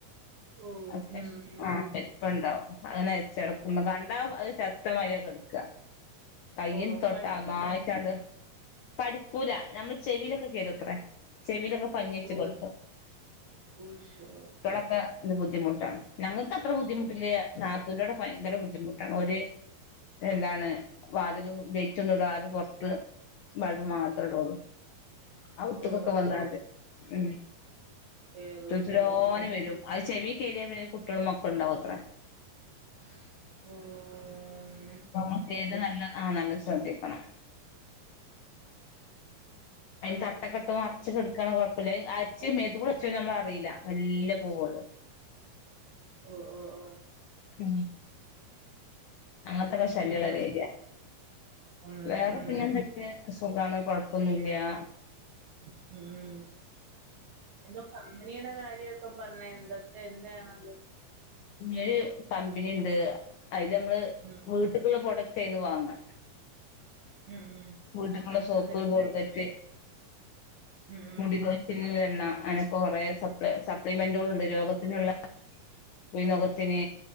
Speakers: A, on the right; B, on the left.
A: ഓ
B: അത്യാവശം
A: ഉം ഉം
B: ആഹ്
A: ഉം
B: വലുപ്പണ്ടാവും അങ്ങനെ <unintelligible> കണ്ടാ അത് ചത്ത മാതിരിയാ കെടക്കാ കയ്യിൽ
A: ഓ
B: തൊട്ടാ
A: കടി
B: <unintelligible> കടിക്കൂല നമ്മളെ ചെവിയിലൊക്കെ കേറുമത്രെ ചെവിലൊ പഞ്ഞി വെച്ച്
A: ഓ
B: കെടക്കും
A: ഉശോ
B: കുട്ട്യളൊക്കെ ഇത് ബുദ്ധിമുട്ടാണ് ഞങ്ങക്ക് അ ത്ര ബുദ്ധിമുട്ടില്ല
A: ഓ
B: നാത്തൂന്റവിടെ ഭയങ്കര ബുദ്ധിമുട്ടാണ് ഓര് എന്താണ് വാതിലും ലൈറ്റൊന്നും ഇടാതെ പൊറത്ത് ബൾബ് മാത്രേ ഇടോള്ളൂ അവ്ത്ത്ക്കൊക്കെ
A: ഓ
B: വന്നാല്
A: ഓ
B: ഉം
A: കേറൂല്ലേ
B: തുരു തുരാന്ന്
A: ഉം.
B: വരും അത് ചെവി കേറിയ പിന്നെ കുട്ട്യളും മക്കളും ഉണ്ടാവത്രെ
A: മ്ഹ്
B: <unintelligible> നല്ല ആഹ് നല്ല ശ്രദ്ധിക്കണം അയിന് തട്ടക്കെ ഇട്ട് മറച്ച് കെടക്കാണേൽ കൊഴപ്പല്ല അര്ച്ച് മേത്ത് കൂടി <unintelligible> നമ്മള് അറിയില്ല മെല്ലേ പോവൊള്ളു
A: ഓഹ് ഓഹ്
B: ഉം അങ്ങനത്തൊക്കെ ശല്യള്ള
A: പിന്നെ
B: ഒരു ഏരിയ
A: ഉണ്ട്
B: വേറെ
A: ഉം
B: പിന്നെന്തെക്കേ സുഖാണ് കൊഴപ്പൊന്നുല്യാ
A: ഉം എന്തോ കമ്പനിയുടെ കാര്യമൊക്കെ പറഞ്ഞ് എന്തൊക്കെ എന്താണത്?
B: ഒര് കമ്പനി ഇണ്ട് അയില് അമ്മള്
A: ഉം
B: വീട്ട്ക്കുള്ള പ്രോഡക്റ്റാ അയിന്ന് വാങ്ങാ
A: ഉം ഉം
B: വീട്ട്ക്കുള്ള സോപ്പ്
A: എന്തൊക്കെ
B: കോൾഗറ്റ്
A: ഉം
B: മുടി കൊഴിച്ചിലിനുള്ള എണ്ണ അങ്ങനെക്കെ കൊറെ സപ്പ്ളെ സപ്ലിമെന്റുകളുണ്ട് രോഗത്തിനുള്ള <unintelligible> രോഗത്തിന്